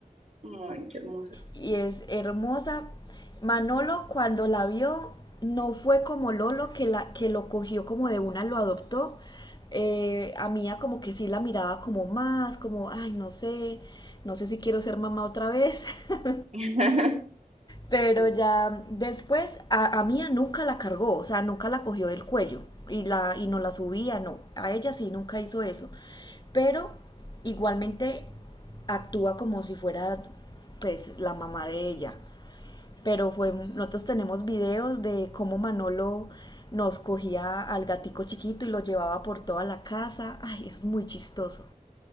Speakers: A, on the right; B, on the left.
A: Ay, qué hermosa.
B: y es hermosa. Manolo cuando la vio no fue como Lolo que, la, que lo cogió como de una, lo adoptó. Eh, a Mía como que sí la miraba como más, como, ay, no sé, no sé si quiero ser mamá otra vez. <laughs>
A: <laughs>
B: Pero ya después a, a Mía nunca la cargó, o sea, nunca la cogió del cuello y, la, y no la subía, no. A ella sí nunca hizo eso. Pero igualmente actúa como si fuera pues la mamá de ella pero fue, nosotros tenemos videos de cómo Manolo nos cogía al gatico chiquito y lo llevaba por toda la casa. Ay, eso es muy chistoso.